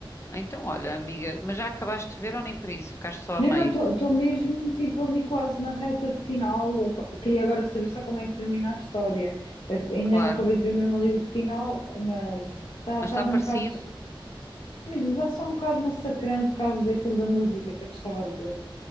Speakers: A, on the left (about 30°); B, on the left (about 65°).
A: Então, olha, amiga, mas já acabaste de ver ou nem por isso? Ficaste só
B: Não,
A: a meio?
B: não, estou mesmo tipo ali quase na reta final. Pá, Queria agora saber só como é que termina a história. Eh, Ainda
A: Claro,
B: não acabei de ver mesmo ali o final, mas
A: mas
B: estava
A: está parecido?
B: um bocado. Imagino, está só um bocado massacrante por causa daquilo da música que eu te estava a dizer.